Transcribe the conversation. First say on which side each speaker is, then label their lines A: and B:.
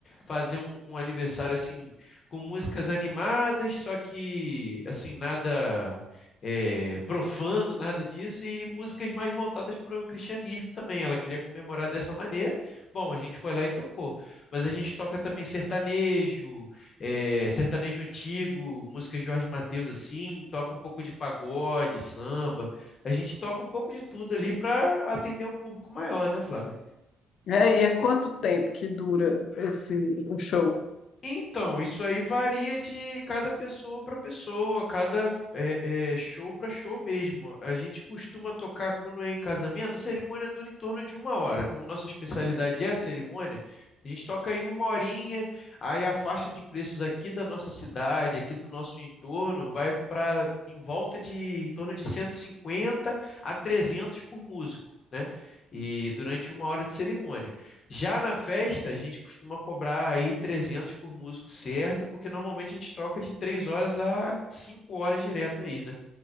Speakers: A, on the left (about 50°); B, on the left (about 65°).
A: fazer um, um aniversário assim com músicas animadas, só que assim, nada é, profano, nada disso, e músicas mais voltadas para o cristianismo também. Ela queria comemorar dessa maneira. Bom, a gente foi lá e tocou. Mas a gente toca também sertanejo é, sertanejo antigo, música Jorge Mateus assim, toca um pouco de pagode, samba. A gente toca um pouco de tudo ali para atender um público maior, né, Flávio?
B: É, e é quanto tempo que dura esse o show?
A: Então, isso aí varia de cada pessoa para pessoa, cada é, é, show para show mesmo. A gente costuma tocar quando é em casamento, a cerimônia dura em torno de uma hora. Como nossa especialidade é a cerimônia, a gente toca aí uma horinha, aí a faixa de preços aqui da nossa cidade, aqui do nosso entorno, vai para em volta de em torno de cento e cinquenta a trezentos por músico. Né? E durante uma hora de cerimônia. Já na festa, a gente costuma cobrar aí 300 por músico certo, porque normalmente a gente troca de 3 horas a 5 horas direto aí, né?